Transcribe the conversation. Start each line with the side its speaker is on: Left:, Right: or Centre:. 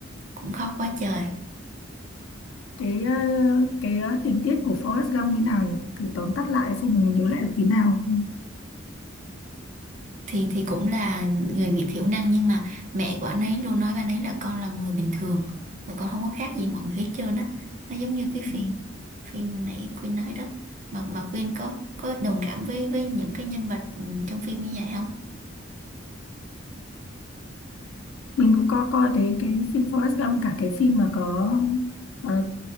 Right: cũng khóc quá trời.
Left: cái ờ, cái ờ, tình tiết của Forrest Gump như nào nhỉ? Thử tóm tắt lại xem mình nhớ lại được tí nào.
Right: Thì thì cũng là người bị thiểu năng nhưng mà mẹ của anh ấy luôn nói với anh ấy là con là một người bình thường mà con không có khác gì mọi người hết trơn á. Nó giống như cái
Left: Ừ.
Right: phim phim hồi nãy Quyên nói đó. Mà mà Quyên có có đồng cảm với với những cái nhân vật ừ, trong phim như vậy không?
Left: Mình cũng có coi cái cái phim Forrest Gump cả cái phim mà có ờ,